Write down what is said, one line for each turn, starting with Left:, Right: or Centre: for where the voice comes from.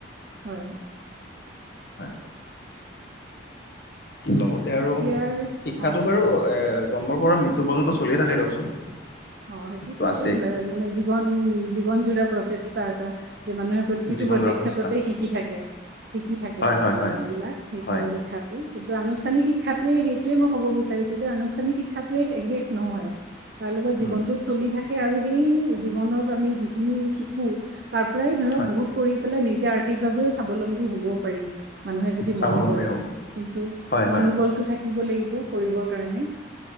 Right: হয়।
Left: হয় লগতে আৰু
Right: এতিয়াৰ
Left: শিক্ষাটো
Right: অ
Left: বাৰু এ, জন্মৰ পৰা মৃত্য পৰ্যন্ত চলিয়ে থাকে দিয়কচোন।
Right: অ সেইটোতো
Left: টো আছে
Right: এটা মানে জীৱন জীৱন জোৰা প্ৰচেষ্ট। টা এটা যে মানুহে প্ৰতিটো
Left: জীৱন
Right: পদক্ষেপতে
Left: জোৰা প্ৰচেষ্টা
Right: শিকি থাকে। শিকি থাকে
Left: হয় হয়
Right: আৰু
Left: হয়
Right: এইবিলাক শিক্ষা
Left: হয়
Right: কিন্তু আনুষ্ঠানিক শিক্ষা। শিক্ষাটোয়ে সেইটোয়ে মই ক'ব বিচাৰিছো যে আনুষ্ঠানিক শিক্ষটোয়ে শেষ নহয়। তাৰ লগত,
Left: উম
Right: জীৱনটোত চলি থাকে, আৰু সেই জীৱনত আমি যিখিনি শিকো। তাৰ পৰাই ধৰক
Left: হয়
Right: বহুত কৰি পেলাই, নিজে আৰ্থিকভাৱেও স্বাৱলম্বী হবও পাৰি মানুহে যদি
Left: স্বাৱলম্বী
Right: মন কৰে।
Left: হ'ব
Right: কিন্তু
Left: হয়
Right: মনোবলটো
Left: হয়
Right: থাকিব লাগিব কৰিবৰ কাৰণে।